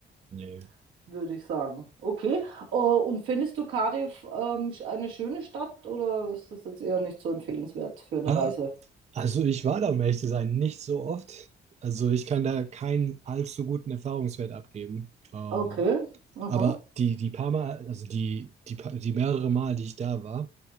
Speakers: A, on the right; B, on the right.
A: Nee.
B: <laughs> würde ich sagen. Okay, Oh, und findest du Cardiff ähm, sch- eine schöne Stadt oder ist das jetzt eher nicht so empfehlenswert für eine
A: Ah,
B: Reise?
A: also ich war da, um ehrlich zu sein, nicht so oft. Also ich kann da keinen allzu guten Erfahrungswert abgeben. Ähm,
B: Okay. Aha.
A: aber die, die paar Mal, also die, die, pa- die mehrere Mal, die ich da war,